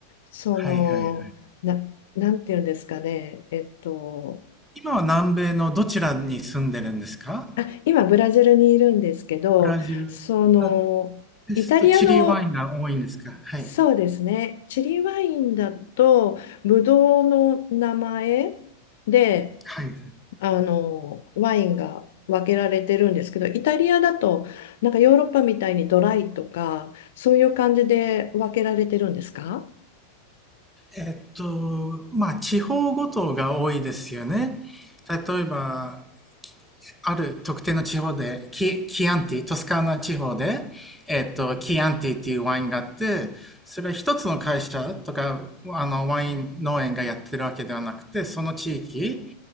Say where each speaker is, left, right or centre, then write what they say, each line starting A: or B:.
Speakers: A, on the left; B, in the centre.
A: その、
B: はいはいはい。
A: な、なんていうんですかね、えっと、
B: 今は南米のどちらに住んでるんですか
A: あ、今ブラジルにいるんですけど、
B: ブラジルあ
A: その、
B: ですとチリワインが多いんですかはい。
A: イタリアの、そうですね、チリワインだと、ブドウの名前で、
B: はい。
A: あの、ワインが分けられてるんですけど、イタリアだと、なんかヨーロッパみたいにドライとか、そういう感じで分けられてるんですか
B: えっと、まあ地方ごとが多いですよね。例えば、ある特定の地方で、キ、キアンティ、トスカーナ地方で、えっと、キアンティっていうワインがあって、それは一つの会社とか、あの、ワイン農園がやってるわけではなくて、その地域、